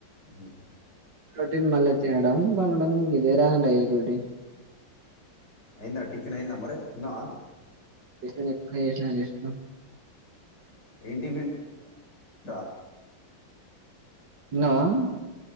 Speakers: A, on the left; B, on the right.
A: మ్మ్
B: రొటీన్ మళ్ళీ తినడం పనడం గిదేరా డైలీ రొటీన్
A: అయిందా టిఫిన్ అయిందా మరి తిన్నావ
B: నేనిప్పుడే జేశిన జస్టు
A: ఏం టిఫిన్ రా
B: తిన్నవా